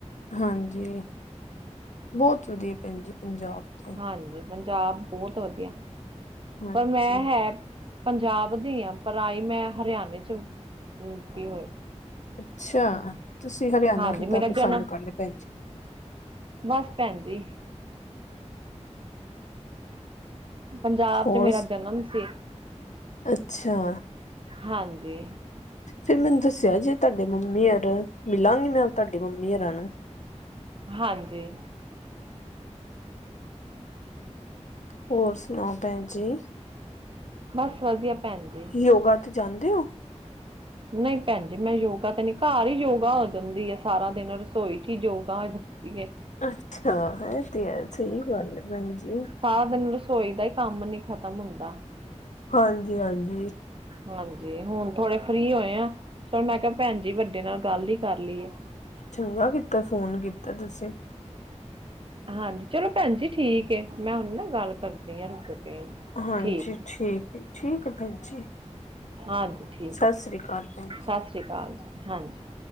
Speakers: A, on the left; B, on the right.
A: ਹਾਂਜੀ ਬਹੁਤ ਵਧੀਆ ਭੈਣ ਜੀ ਪੰਜਾਬ ਤੇ
B: ਹਾਂਜੀ ਪੰਜਾਬ ਬੌਤ ਵਧੀਆ
A: ਹਾਂਜੀ
B: ਪਰ ਮੈਂ ਹੈ ਪੰਜਾਬ ਦੀ ਆ ਪਰ ਆਈ ਮੈਂ ਹਰਿਆਣੇ ਚ ਵੀ ਹੋਇ
A: ਅੱਛਾ ਤੁਸੀਂ ਹਰਿਆਣਾ
B: ਹਾਂਜੀ
A: ਕਿੱਦਾਂ
B: ਮੇਰਾ
A: ਪਸੰਦ
B: ਜਨਮ
A: ਕਰ ਲਿਆ ਪੈ
B: ਬਸ ਭੈਣ ਜੀ। ਪੰਜਾਬ
A: ਹੋਰ
B: ਚ ਮੇਰਾ ਜਨਮ ਸੀ।
A: ਅੱਛਾ
B: ਹਾਂਜੀ
A: ਫਿਰ ਮੈਨੂੰ ਦੱਸਿਆ ਜੇ ਤੁਹਾਡੇ ਮੰਮੀ ਹਰ ਮਿਲਾਂਗੀ ਮੈਂ ਤੁਹਾਡੇ ਮੰਮੀ ਹੋਰਾਂ ਨੂੰ।
B: ਹਾਂਜੀ
A: ਹੋਰ ਸੁਣਾਓ ਭੈਣ ਜੀ।
B: ਬਸ ਵਧੀਆ ਭੈਣ ਜੀ।
A: ਯੋਗਾ ਤੇ ਜਾਂਦੇ ਹੋ
B: ਨਹੀਂ ਭੈਣ ਜੀ ਮੈਂ ਯੋਗਾ ਤਾਂ ਨੀ ਘਰ ਹੀ ਯੋਗਾ ਹੋ ਜਾਂਦੀ ਹੈ ਸਾਰਾ ਦਿਨ ਰਸੋਈ ਚ ਹੀ ਯੋਗਾ ਦੀ ਏ।
A: ਅੱਛਾ ਇਹ ਤੇ ਸਹੀ ਗੱਲ ਹੈ ਭੈਣ ਜੀ।
B: ਸਾਰਾ ਦਿਨ ਰਸੋਈ ਦਾ ਹੀ ਕੰਮ ਨੀ ਖਤਮ ਹੁੰਦਾ।
A: ਹਾਂਜੀ ਹਾਂਜੀ।
B: ਹਾਂਜੀ ਹੁਣ ਥੋੜੇ ਫਰੀ ਹੋਏ ਆ ਚਲ ਮੈਂ ਕਿਹਾ ਭੈਣ ਜੀ ਵੱਡੇ ਨਾਲ ਗੱਲ ਹੀ ਕਰ ਲਈਏ
A: ਚੰਗਾ ਕੀਤਾ ਫੋਨ ਕੀਤਾ ਤੁਸੀਂ
B: ਹਾਂਜੀ ਚਲੋ ਭੈਣ ਜੀ ਠੀਕ ਮੈਂ ਹੁਣ ਨਾ ਗੱਲ ਕਰਦੀ ਹਾਂ ਰੁਕ ਕੇ
A: ਹਾਂਜੀ
B: ਠੀਕ।
A: ਠੀਕ ਹੈ। ਠੀਕ ਹੈ ਭੈਅ ਜੀ।
B: ਹਾਂਜੀ ਠੀਕ
A: ਸਤਿ ਸ੍ਰੀ ਅਕਾਲ ਭੈਣ ਜੀ
B: ਸਤਿ ਸ੍ਰੀ ਅਕਾਲ ਜੀ ਹਾਂਜੀ।